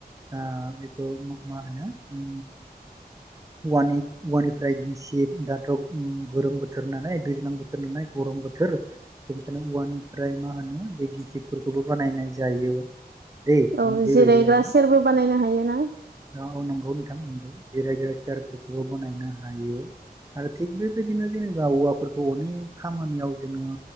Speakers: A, on the right (about 20°); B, on the right (about 85°).
A: आ बेखौ मा मा होनो उम औवानि औवानिफ्राय गिसिब दाथ गोरोम बोथोर होननानै दैज्लां बोथोर होननानै गरम बोथोर बेनिखायलोम औवानिफ्राय मा होनो बे गिसिबफोरखौबो बानायनाय जायो। दे
B: औ
A: बेबायदि
B: जिरायग्रा
A: आरोना
B: सेरबो बानायनो हायोना
A: औ नंगौ नोंथां नंगौ। गिरायजा सियारफोरखौ बानायनो हायो। आरो थिग बेबायदिनो जेनेबा औवाफोरखौ अनेक खामानियाव जोङो